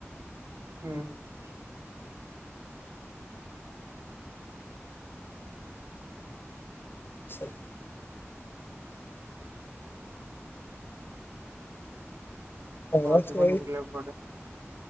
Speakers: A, on the right; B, on the left.
A: ହୁଁ। ହ
B: ଆଛା। ହଁ
A: ଆଉ
B: ସେଇ
A: ଯିବନି ବୁଲିବାକୁ କୁଆଡେ।